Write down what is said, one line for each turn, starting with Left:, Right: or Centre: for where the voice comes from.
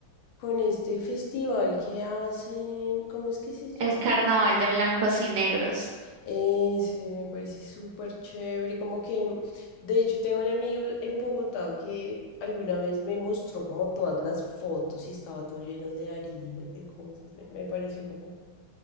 Left: con este festival que hacen, ¿cómo es que se llama?
Right: El Carnaval de Blancos y Negros.
Left: Eh, sí, me parece súper chévere, como que, mm, de hecho, tengo un amigo en Bogotá que alguna vez me mostró como todas las fotos y estaba todo lleno de harina y de cosas, me, me pareció como